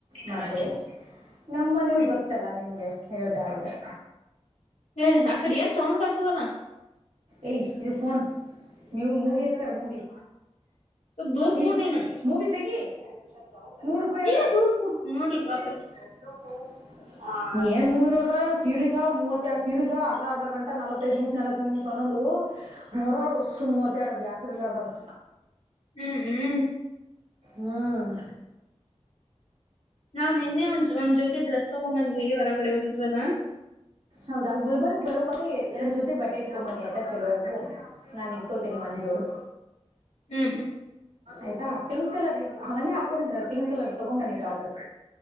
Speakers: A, on the right (about 70°); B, on the left (about 85°).
A: ಮಾಡಿದೆ ನಮ್ಮ ಮನೆಯವ್ರ
B: ಹ್ಮ್
A: ಗೊತ್ತಲ್ಲ ನಿಮ್ಗೆ ಹೇಳ್ದ ಅವ್ರಿಗೆ
B: ಏ ಅ ಕಡೆ ಏನ್ ಸೌಂಡ್ ಬರ್ತದಲ್ಲಾ
A: ಏಯ ಇದು ಫೋನ್ ನೀವು ಮೂವಿ ಹಚ್ಚಾರ ಮೂವಿ
B: ಸ್ವಲ್ಪ ದೂರ್
A: ಏ
B: ಕೂಡ್ ನೀನು
A: ಮೂವಿ ತೆಗಿ ನೂರು ರೂಪಾಯಿ
B: ನೀನ
A: ಅದ
B: ದೂರ್ ಕೂಡ್
A: ನಸ
B: ನೋಡ್ಲಿ ಪಾಪಕಿ
A: ಏನ್ ಮೂವಿ ನೋಡ್ತಾಳೆನ್ ಸೀರಿಸ ಮೂವತ್ತ ಎರಡು ಸೀರಿಸ ಅವ ಅರ್ಧ ಅರ್ಧ ಗಂಟ ನಲ್ ಹತ್ತೈದು ನಿಮಿಷ ನಲ್ವತ್ತೈದು ನಿಮಿಷ ಒಂದೊಂದ ಮೂರಾಡ್ ಒಸು ಮೂವತ್ತರಡು ಬ್ಯಾಸರಿಲ್ಲಾರದಂಗ್
B: ಹ್ಮ್ ಹ್ಮ್
A: ಹ್ಮ್
B: ನಾವು ನಿನ್ನೆ ಒಂದ್ ಒಂದ್ ಜೊತಿ ಡ್ರೆಸ್ ತಗೊಂಬಂದ್ವಿ ಹೊರಗಡೆ ಹೋಗಿದ್ವಲ್ಲ
A: ಹೌದಾ ಗುಲ್ಬರ್ಗ್ ಬರೋವಾಗ ಎ ಎರಡು ಜೊತೆ ಬಟ್ಟೆ ಇಟ್ಕೊಂಡ್ ಬನ್ನಿ ಆಯ್ತಾ ಚೊಲೊವು ನಾನ್ ಇಟ್ಕೋತೇನಿ ಒಂದಜೋಡು
B: ಹ್ಮ್
A: ಆಯ್ತಾ ಪಿಂಕ್ ಕಲರ್ ಆ ಮೊನ್ನೆ ಹಾಕೊಂಡಿದ್ರ ಪಿಂಕ್ ಕಲರ್ ತಗೊಂಬ ಬನ್ನಿ ಟಾಪ